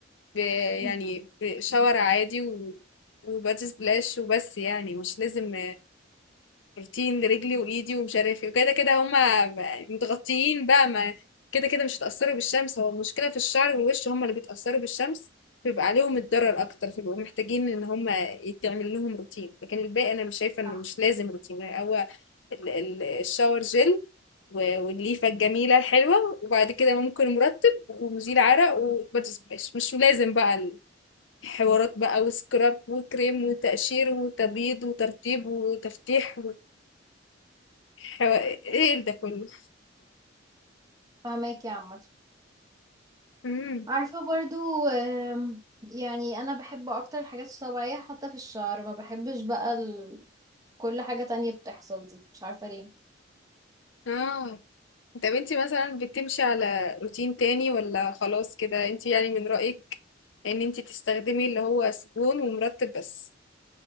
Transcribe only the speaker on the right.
مم.
صح
فاهمك يا عمت
عارفة برضو آم، يعني أنا بحب أكتر الحاجات الطبيعية حتى في الشعر ما بحبش بقى ال... كل حاجة تانية بتحصل دي مش عارفة ليه